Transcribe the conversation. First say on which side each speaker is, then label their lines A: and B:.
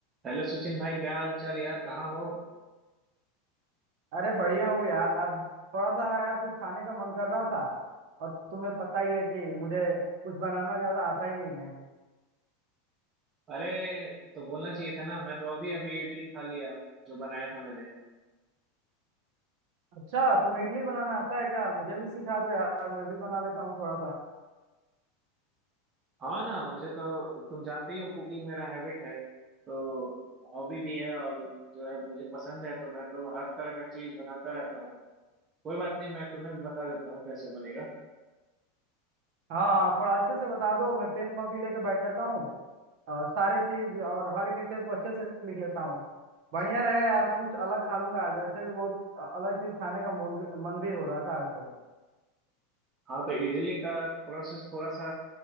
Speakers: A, on the right; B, on the right.
A: Hello Sachin भाई क्या हाल चाल यार कहाँ हो
B: अरे बढ़िया हूँ यार थोड़ा सा यार कुछ खाने का मन कर रहा था और तुम्हें पता ही है कि मुझे कुछ बनाना ज्यादा आता ही नहीं है
A: अरे तो बोलना चाहिए था ना मैं तो अभी अभी इडली खा लिया जो बनाया था मैंने
B: अच्छा तुम्हें इडली बनाना आता है क्या मुझे भी सिखा दो यार मैं भी बना लेता हूँ थोड़ा सा
A: हाँ ना मुझे तो तुम जानते ही हो कुकिंग मेरा हैबिट है तो हॉबी भी है और जो है मुझे पसंद है तो मैं तो हर तरह का चीज बनाता रहता हूँ कोई बात नहीं मैं तुम्हें बता देता हूँ कैसे बनेगा
B: हाँ हाँ, थोड़ा अच्छे से बता दो मैं पेन कॉपी लेके बैठ जाता हूँ और सारे चीज और हर एक स्टेप को अच्छे से लिख लेता हूँ बढ़िया रहेगा यार कुछ अलग खा लूंगा आज वैसे भी बहुत अ- अलग चीज खाने का मन भी मन भी हो रहा था आज तो
A: हाँ तो इडली का प्रोसेस थोड़ा सा